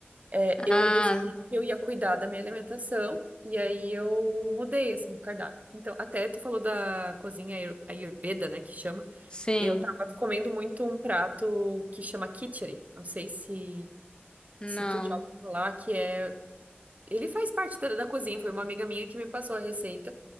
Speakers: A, on the right (about 35°); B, on the left (about 20°).
A: é, eu
B: Ah,
A: decidi que eu ia cuidar da minha alimentação e aí eu mudei assim o cardápio. Então, até tu falou da cozinha ayur- Ayurveda, né, que chama.
B: sim.
A: Eu tava comendo muito um prato que chama khichdi. Não sei se
B: Não.
A: se tu já ouviu falar, que é ele faz parte da, da cozinha, foi uma amiga minha que me passou a receita.